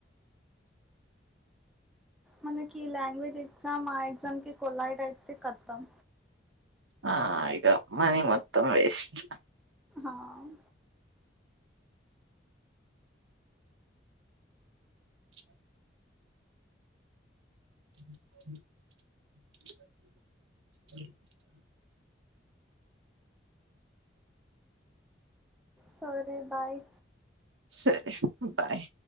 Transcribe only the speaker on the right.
ఆహ్ ఇగ మనీ మొత్తం వేస్ట్.
ప్చ్. <unintelligible>
సరే బాయ్.